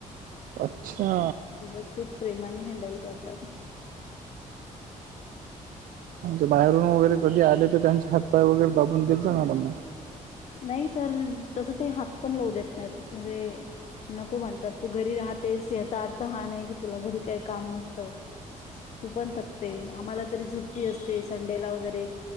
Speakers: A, on the right; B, on the left.
A: अच्छा.
B: व्यवस्थित प्रेमाने हँडल करतात. <unintelligible>
A: म्हणजे बाहेरून वगैरे कधी आले तर त्यांचे हातपाय वगैरे दाबून देत जा मॅडम मग.
B: नाही सर, तसं ते हात पण लाव देत नाहीत. म्हणजे नको म्हणतात. तू घरी राहतेस याचा अर्थ हा नाही की तुला घरी काय काम नसतं. तू पण थकते, आम्हाला तरी सुट्टी असते संडेला वगैरे.